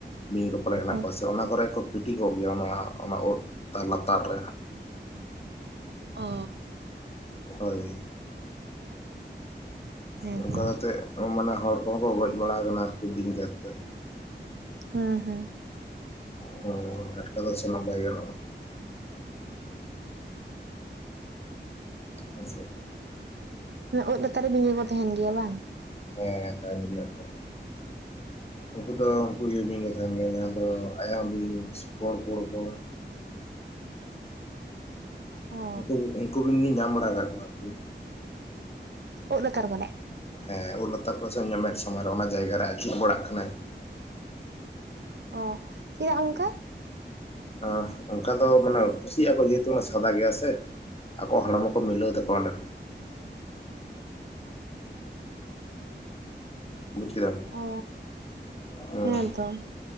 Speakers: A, on the left (about 30°); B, on the right (about 70°).
A: ᱵᱤᱧ ᱠᱚ ᱯᱟᱞᱮᱛ ᱦᱮᱱᱟᱜ
B: ᱚ
A: ᱠᱚᱣᱟ ᱥᱮ ‌ᱚᱱᱟ ᱠᱚᱨᱮ ᱫᱚ ᱠᱚ ᱯᱤᱴᱤ ᱠᱚᱜ ᱜᱮᱭᱟ ᱚᱱᱟ ᱳᱫ ᱛᱟᱨ ᱞᱟᱛᱟᱨ ᱨᱮ᱾
B: ᱚ ᱾
A: ᱦᱳᱭ
B: ᱦᱮᱸᱛᱚ
A: ᱚᱱᱴᱝᱠᱟ ᱠᱟᱛᱮᱫ ᱢᱟᱱᱮ ᱦᱚᱲ ᱠᱚᱦᱚᱸ ᱠᱚ ᱜᱚᱡᱽ ᱵᱟᱲᱟ ᱠᱟᱱᱟ ᱟᱨᱠᱤ ᱵᱤᱧ ᱜᱮᱨᱛᱮ᱾
B: ᱦᱮᱸ ᱦᱮᱸ
A: ᱦᱚᱸ ᱴᱟᱴᱠᱟ ᱫᱚ ᱥᱮᱱᱚᱜ ᱵᱟᱭ ᱜᱟᱱᱚᱜ-ᱟ᱾ ᱦᱮᱸᱥᱮ
B: ᱳᱫ ᱞᱟᱛᱟᱨ ᱨᱮ ᱵᱤᱧ ᱠᱚ‌‌ ᱠᱚ ᱛᱟᱸᱦᱮᱱ ᱜᱮᱭᱟ ᱵᱟᱝ?
A: ᱦᱮᱸ ᱛᱟᱸᱦᱮᱱ ᱜᱮᱭᱟ ᱠᱚ᱾ ᱩᱝᱠᱩ ᱫᱚ ᱩᱝᱠᱩ ᱤᱭᱟᱹ ᱵᱤᱧ ᱠᱚ ᱛᱟᱸᱦᱮᱱ ᱜᱮᱭᱟ ᱡᱟᱦᱟᱸ ᱫᱚ ᱟᱭᱟᱝ ᱵᱤᱧ ᱯᱚᱬ ᱯᱚᱬ ᱠᱚ᱾
B: ᱚ
A: ᱩᱜᱠᱩ, ᱩᱝᱠᱩ ᱵᱤᱱ ᱞᱤᱧ ᱧᱟᱢ ᱵᱟᱲᱟ ᱟᱠᱟᱫ ᱠᱚᱣᱟ ᱟᱨᱠᱤ᱾
B: ᱩᱫ ᱞᱟᱛᱟᱨ ᱠᱟᱫᱟᱭ
A: ᱦᱮᱸ ᱩᱫ ᱞᱟᱛᱟᱨ ᱯᱟᱥᱮ ᱧᱟᱢᱮᱫ ᱥᱟᱢᱟᱝ ᱨᱮ ᱚᱱᱟ ᱡᱟᱭᱜᱟ ᱨᱮ ᱟᱹᱪᱩᱨ ᱵᱟᱲᱟᱜ ᱠᱟᱱᱟᱭ᱾
B: ᱚ ᱪᱮᱫᱟᱜ ᱚᱱᱠᱟ?
A: ᱚᱸ, ᱚᱱᱠᱟ ᱫᱚ ᱢᱟᱱᱮ ᱠᱩᱥᱤᱭᱟᱜᱼᱟ ᱠᱚ ᱡᱮᱦᱮᱛᱩ ᱚᱱᱟ ᱥᱟᱫᱟ ᱜᱮᱭᱟ ᱥᱮ᱾ ᱟᱠᱚᱣᱟᱜ ᱦᱚᱲᱢᱚ ᱠᱚ ᱢᱤᱞᱟᱹᱣ ᱛᱟᱠᱚᱭᱟ ᱚᱸᱰᱮ ᱠᱷᱚᱱ ᱵᱩᱡᱽ ᱠᱮᱫᱟᱢ
B: ᱚ
A: ᱦᱚᱸ
B: ᱦᱮᱸᱛᱳ